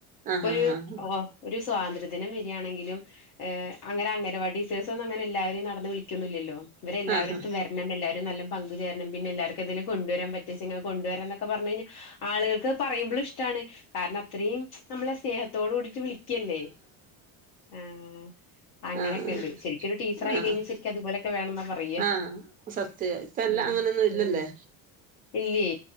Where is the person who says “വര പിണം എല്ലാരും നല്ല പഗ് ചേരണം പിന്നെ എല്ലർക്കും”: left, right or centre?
Left